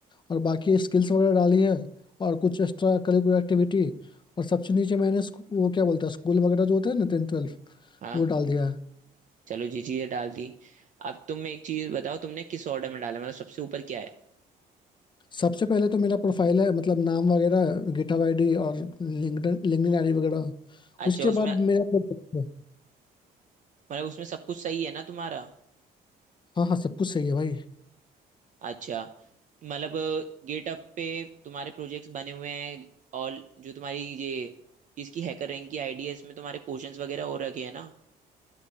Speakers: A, on the left; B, on the right.
A: और बाकी स्किल्स वगैरह डाली है और कुछ एक्स्ट्रा करिकुलर एक्टिविटी और सबसे नीचे मैंने स्कू- वो क्या बोलता है स्कूल वगैरह जो होते हैं ना टेंथ ट्वेल्थ
B: हाँ
A: वो डाल दिया है
B: चलो जी चीजें डाल दी अब तुम एक चीज बताओ तुमने किस ऑर्डर में डाला मतलब सबसे ऊपर क्या है
A: सबसे पहले तो मेरा प्रोफाइल है मतलब नाम वगैरह गिटहब आईडी और लिंक्डइन लिंक्डइन आईडी वगैरह
B: अच्छा
A: उसके
B: उसमें
A: बाद मेरा प्रोजेक्ट है।
B: मतलब उसमें सब कुछ सही है ना तुम्हारा
A: हाँ हाँ सब कुछ सही है भाई
B: अच्छा मतलब गेटअप पे तुम्हारे प्रोजेक्ट्स बने हुए हैं और जो तुम्हारी ये इसकी हैकर रैंक की आईडी है इसमें तुम्हारे क्वेश्चंस वगैरह हो रखे हैं ना